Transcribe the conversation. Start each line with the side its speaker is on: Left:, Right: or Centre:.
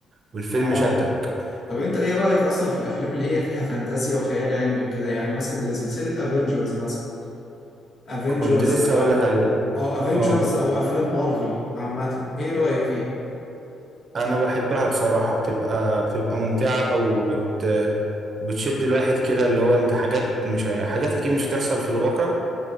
Right: والفيلم
Left: اه
Right: شدك
Left: طب انت ايه رأيك اصلا في الافلام اللي هي فيها فانتازيا وخيال علمي وكده يعني مثلا زي سلسلة افنجرز مثلا افنجرز
Right: كنت لسه
Left: او
Right: هقول لك عليها
Left: اه افنجرز
Right: اه
Left: او افلام مارفل عامة ايه رأيك فيها؟
Right: أنا بحبها بصراحة بتبقى بتبقى ممتعة وبت بتشد الواحد كده اللي هو أنت حاجات مش هي- حاجات أكيد مش هتحصل في الواقع